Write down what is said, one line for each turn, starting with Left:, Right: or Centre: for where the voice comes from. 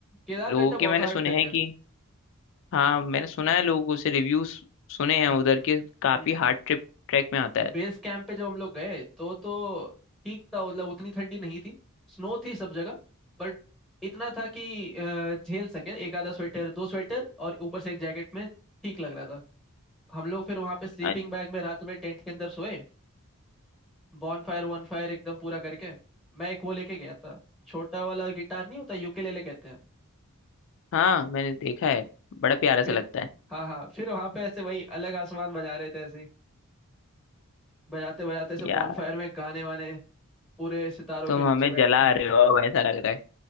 Centre: केदारकंठा
Left: लोगों के
Centre: बहुत
Left: मैंने
Centre: हार्ड
Left: सुने
Centre: ट्रैक
Left: हैं
Centre: है
Left: कि हाँ मैंने सुना है लोगों से रिव्यूज सुने हैं
Centre: हम्म
Left: उधर के काफी
Centre: हम्म
Left: हार्ड ट्रिप ट्रैक में आता है
Centre: बेस कैंप पे जब हम लोग गए तो तो ठीक था मतलब उतनी ठंडी नहीं थी स्नो थी सब जगह बट इतना था कि अ, झेल सके एक आधा स्वेटर दो स्वेटर और ऊपर से एक जैकेट में ठीक लग रहा था हम लोग फिर वहां पे स्लीपिंग
Left: अ-
Centre: बैग में रात में टेंट के अंदर सोए बॉन फायर वन फायर एकदम पूरा करके मैं एक वो लेके गया था छोटा वाला गिटार नहीं होता यूकेलेले कहते हैं
Left: हाँ मैंने देखा है बड़ा प्यारा सा
Centre: फिर
Left: लगता है
Centre: हाँ हाँ फिर वहां पे ऐसे वही अलग आसमान बजा रहे थे ऐसे ही बजाते बजाते ऐसे
Left: यार
Centre: बॉन फायर में गाने वाने पूरे सितारों
Left: तुम
Centre: के नीचे
Left: हमें
Centre: बैठ
Left: जला
Centre: के
Left: रहे हो अब, ऐसा लग रहा है